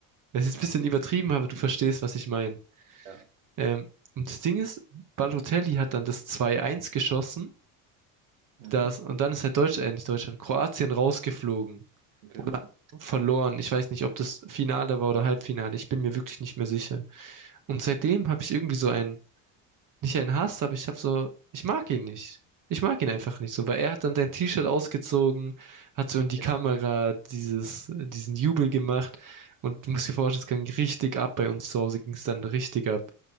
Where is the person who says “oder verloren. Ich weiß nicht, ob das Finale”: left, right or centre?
Right